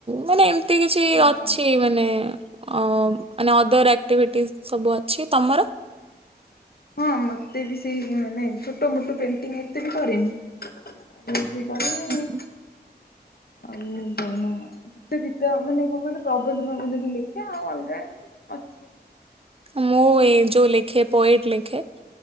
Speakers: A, on the right; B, on the left.
A: ମାନେ ଏମିତି କିଛି
B: ଯାହା
A: ଅଛି
B: ହଉ
A: ମାନେ ଅ
B: ହୁଁ ହୁଁ।
A: ମାନେ ଅଦର ଆ ଆକ୍ଟିଭିଟି ସବୁ ଅଛି ତମର?
B: ହଁ ମତେ ବି ସେଇ ମାନେ ଛୋଟ ମୋଟ ପେଣ୍ଟିଂ ଏତେ ବି କରେନି। ଆ ଏ
A: ହୁଁ।
B: ଆଉ କଣ? ଗୀତ ଗୀତ ମାନେ କଣ କହିଲ ପ୍ରବନ୍ଧ ପ୍ରବନ୍ଧ ବି ଲେଖେ ଆଉ ଅଲଗା ଅଛି ଆଉ
A: ମୁଁ ଏ ଯୋଉଁ ଲେଖେ ପୋଏଟ୍ ଲେଖେ।